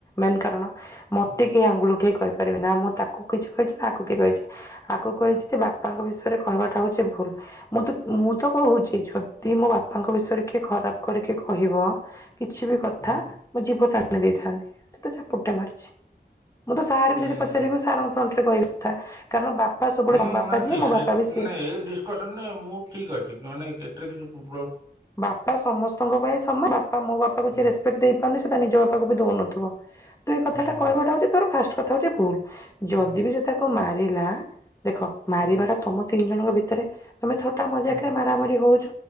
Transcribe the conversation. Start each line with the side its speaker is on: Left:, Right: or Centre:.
Left: ମେନ୍ କାରଣ ମତେ
Right: ହୁଁ
Left: କେହି ଆଙ୍ଗୁଳି ଉଠେଇ କହିପାରିବେ ନାହିଁ ନା ମୁଁ ତାକୁ କିଛି କହିଛି ନା ଆକୁ କି କହିଛି ଆକୁ କହିଛି ସେ ବାପାଙ୍କ ବିଷୟରେ କହିବାଟା ହଉଛି ଭୁଲ ମୁଁ ତ ମୁଁ ତ କହୁଛି ଛୋ - ଦି ମୋ ବାପାଙ୍କ ବିଷୟରେ କିଏ ଖରାପ କରିକି କହିବ କିଛି ବି କଥା
Right: ହୁଁ
Left: ମୋ ଜିଭ ନା ଦେଇଥାନ୍ତି <unintelligible> ପୁଟେ ମାରିଛି ମୁଁ ତ ସାର୍
Right: ହୁଁ।
Left: ବି ଯଦି ପଚାରିବେ ସାର୍ ଙ୍କ ଫ୍ରଣ୍ଟରେ କହିବି କଥା କାରଣ ବାପା ସବୁବେଳେ
Right: ହୁଁ,
Left: ବାପା
Right: ନା
Left: ଯିଏ
Right: ଠିକ
Left: ମୋ
Right: ସେ
Left: ବାପା ବି ସିଏ।
Right: ନା ଏ ଡିସକସନ୍ ରେ ମୁଁ ଠିକ ଅଛି। ମାନେ ଏଟା କି ଫୋନ୍
Left: ବାପା ସମସ୍ତଙ୍କ ପାଇଁ ସମାନ ବାପା ମୋ ବାପାକୁ
Right: ହୁଁ
Left: ଯିଏ ରେଷ୍ପେକ୍ଟ ଦେଇ ନି ସେ ତା ନିଜ ବାପାକୁ ବି ଦଉନଥିବ? ତୁ ଏ କଥାଟା
Right: ହୁଁ
Left: କହିବାଟା ହଉଛି ତୋର ଫାଷ୍ଟ କଥା ହଉଛି ଭୁଲ ଯଦି
Right: ହୁଁ
Left: ବି ସେ ତାକୁ ମାରିଲା ଦେଖ ମାରିବା
Right: ହୁଁ ହୁଁ ହୁଁ
Left: ଟା ତମ ତିନି ଜଣଙ୍କ ଭି ତମେ ଥଟା ମଜାକରେ
Right: ହୁଁ
Left: ମାର ମାରି ହଉଛ